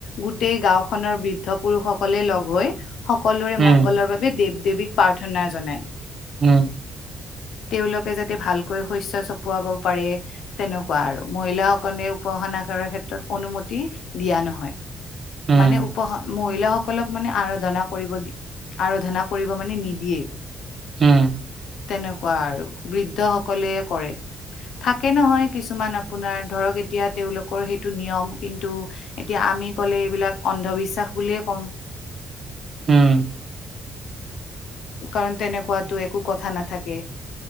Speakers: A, on the left (about 70°); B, on the right (about 40°).
A: গোটেই গাওঁখনৰ বৃদ্ধ পুৰুষসকলে লগ হৈ সকলোৰে
B: উম
A: মংগলৰ বাবে দেৱ - দেৱীক প্ৰাৰ্থনা জনায়।
B: উম।
A: তেওঁলোকে যাতে ভালকৈ শস্য চপোৱাব পাৰে তেনেকুৱা আৰু মহিলাসকনে উপাসনা কৰাৰ ক্ষেত্ৰত অনুমতি দিয়া নহয়।
B: উম
A: মানে উপহ মহিলাসকলক মানে আৰাধনা কৰিব দি, আৰাধনা কৰিব মানে নি দিয়ে।
B: হুম।
A: এনেকুৱা আৰু বৃদ্ধ সকলয়ে কৰে। থাকে নহয় কিছুমান আপোনাৰ ধৰক এতিয়া তেওঁলোকৰ সেইটো নিয়ম কিন্তু এতিয়া আমি ক'লে এইবিলাক অন্ধবিশ্বাস বুলিয়ে কম।
B: ওম।
A: কাৰণ তেনেকুৱাতো একো কথা নাথাকে।